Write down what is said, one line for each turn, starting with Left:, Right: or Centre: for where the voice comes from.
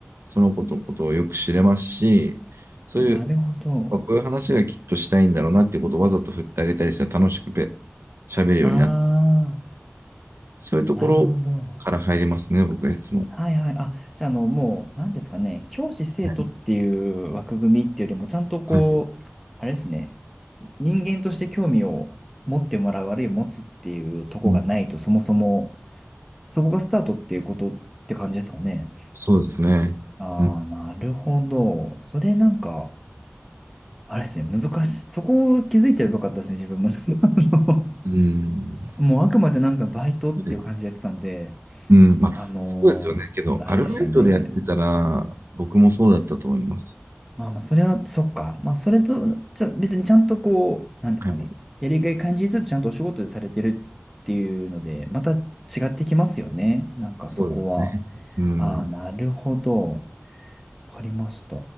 Right: その子のことをよく知れますし、そういう、
Centre: なるほど。
Right: あこういう話がきっとしたいんだろうなっていうことをわざと振ってあげたりしたら楽しくべ喋るようになる。
Centre: ああ、
Right: そういうところから入りますね、
Centre: なるほど。
Right: 僕はいつも。
Centre: はいはい。あ、じゃあ、あの、もう、なんですかね、教師生徒っていう枠組みっていうよりも、
Right: はい。
Centre: ちゃんとこう、
Right: はい
Centre: あれですね、人間として興味を持ってもらう、あるいは持つっていうとこがないと、
Right: うん、
Centre: そもそも、そこがスタートっていうことって感じですかね。
Right: そうですね。
Centre: ああ、
Right: うん。
Centre: なるほど。それなんか、あれですね、難しい。そこを気づいてればよかったですね、自分も。<laughs> あの
Right: うん。
Centre: もう、あくまでなんかバイトっていう感じでやってたんで、
Right: ねうん。まあ、
Centre: あのーあれでしたね。
Right: そうですよね。けど、アルバイトでやってたら、僕もそうだったと思います。
Centre: まあまあ、それは、そっか。まあ、それと、じゃ、別にちゃんとこう、なんですかね。
Right: はい。
Centre: やりがい感じずつちゃんとお仕事でされてるっていうので、また違ってきますよね。なんかそこは。
Right: そうですね。うん。
Centre: ああ、なるほど。わかりました。